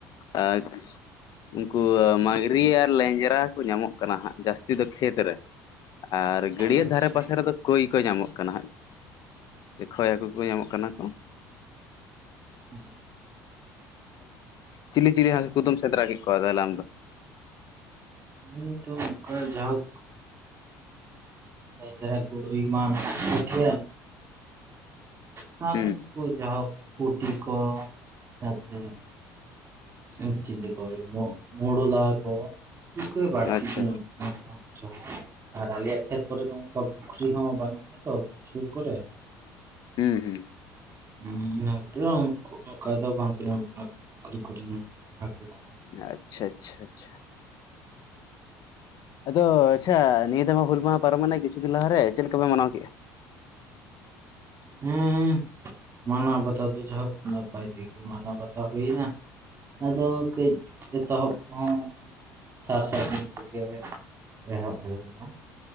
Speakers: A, on the left (about 55°); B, on the right (about 35°).
A: ᱟᱨ ᱩᱱᱠᱩ ᱢᱟᱹᱜᱽᱨᱤ ᱟᱨ ᱞᱮᱸᱡᱨᱟ ᱠᱚ ᱧᱟᱢᱚᱜ ᱠᱟᱱᱟ ᱦᱟᱸᱜ ᱡᱟᱹᱥᱛᱤ ᱫᱚ ᱠᱷᱮᱛ ᱨᱮ ᱟᱨ ᱜᱟᱹᱰᱭᱟᱹ
B: ᱟᱪᱪᱷᱟ
A: ᱫᱷᱟᱨᱮ ᱯᱟᱥᱮ ᱨᱮᱫᱚ ᱠᱟᱹᱭ ᱠᱚ ᱧᱟᱢᱚᱜ ᱠᱟᱱᱟ ᱦᱟᱸᱜ ᱥᱮ ᱠᱷᱚᱭ ᱦᱟᱹᱠᱩ ᱠᱚ ᱧᱟᱢᱚᱜ ᱠᱟᱱᱟ ᱠᱚ
B: ᱦᱩᱸ
A: ᱪᱤᱞᱤ ᱪᱤᱞᱤ ᱦᱟᱸᱠᱩ ᱠᱩᱫᱚᱢ ᱥᱮᱸᱫᱽᱨᱟ ᱠᱮᱫ ᱠᱚᱣᱟ ᱛᱟᱦᱚᱞᱮ ᱟᱢ ᱫᱚ
B: ᱤᱧ ᱫᱚ ᱚᱝᱠᱟ ᱡᱟᱭᱦᱳᱠ ᱵᱮᱧᱡᱨᱟ ᱜᱩᱲᱟᱹᱭ ᱢᱟ ᱢᱮᱱᱟᱜ <unintelligible> ᱥᱟᱶᱛᱮ
A: ᱦᱩᱸ
B: ᱩᱱᱠᱩ ᱡᱟᱭᱦᱳᱠ ᱯᱩᱴᱤ ᱠᱚ ᱛᱟᱨᱯᱚᱨᱮ ᱟᱨ ᱪᱤᱞᱤ ᱠᱚ ᱢᱳ ᱢᱳᱲᱩᱞᱟ ᱠᱚ ᱩᱱᱠᱩ ᱜᱮ ᱵᱟᱹᱲᱛᱤ
A: ᱟᱪᱪᱷᱟ
B: ᱠᱚ ᱧᱟᱢᱚᱜ ᱦᱟᱜ ᱠᱟᱱᱟ ᱪᱚ ᱟᱨ ᱟᱞᱮᱭᱟ ᱠᱷᱮᱛ ᱠᱚᱨᱮ ᱚᱱᱠᱟ ᱯᱩᱠᱷᱨᱤ ᱠᱚᱦᱚ ᱵᱟᱱᱩᱜ ᱛᱚ ᱥᱩᱨ ᱠᱚᱨᱮ
A: ᱦᱮᱸ ᱦᱮᱸ
B: ᱦᱩ <unintelligible> ᱚᱱᱠᱟ ᱫᱚ ᱵᱟᱝᱠᱚ ᱧᱟᱢᱚᱜ ᱠᱟᱱᱟ ᱯᱩᱠᱷᱨᱤ ᱠᱚᱨᱮ ᱦᱟᱹᱠᱩ ᱠᱚ
A: ᱟᱪᱪᱷᱟ ᱟᱪᱪᱷᱟ ᱟᱪᱪᱷᱟ ᱟᱫᱚ ᱟᱪᱪᱷᱟ ᱱᱤᱭᱟᱹ ᱫᱟᱣ ᱢᱟ ᱦᱩᱞ ᱢᱟᱦᱟ ᱯᱟᱨᱚᱢᱮᱱᱟ ᱠᱤᱪᱷᱩ ᱫᱤᱱ ᱞᱟᱦᱟᱨᱮ ᱪᱮᱫ ᱞᱮᱠᱟᱯᱮ ᱢᱟᱱᱟᱣ ᱠᱮᱫᱼᱟ
B: ᱦᱮᱸ ᱢᱟᱱᱟ ᱵᱟᱛᱟᱣ ᱫᱚ ᱡᱟᱭᱦᱚᱠ ᱱᱟᱯᱟᱭ ᱛᱮᱜᱮ ᱢᱟᱱᱟᱣ ᱵᱟᱛᱟᱣ ᱦᱩᱭᱱᱟ ᱟᱫᱚ ᱠᱟᱹᱡ ᱮᱛᱚᱦᱚᱵ ᱠᱚᱦᱚᱸ ᱥᱟᱨ ᱥᱟᱜᱩᱱ ᱛᱮᱜᱮ ᱮᱦᱚᱵ ᱦᱩᱭ ᱱᱟ